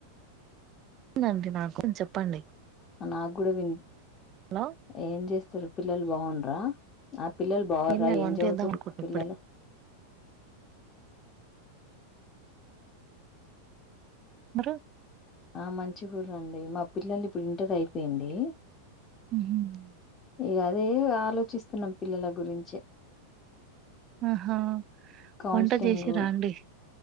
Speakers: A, on the right; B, on the left.
A: స్తుదండి నాకు చెప్పండి.
B: నాకు కూడా విన్
A: హలో
B: ఏం చేస్తుర్రు పిల్లలు బావుంర్రా. ఆ పిల్లలు బావుర్రా,
A: లేదు
B: ఏం
A: వంట
B: చదువుతుర్రు
A: చేద్దాం అనుకుంటున్నా
B: పిల్లలు.
A: ఇప్పుడే బరు
B: ఆ మంచిగుర్రండి, మా పిల్లలు ఇప్పుడు ఇంటర్ అయిపోయింది.
A: హుహ్
B: ఇగ అదే ఇగ ఆలోచిస్తున్నాం పిల్లల గురించే.
A: ఆహా
B: కౌన్స్లింగు
A: వంట చేసిరా అండి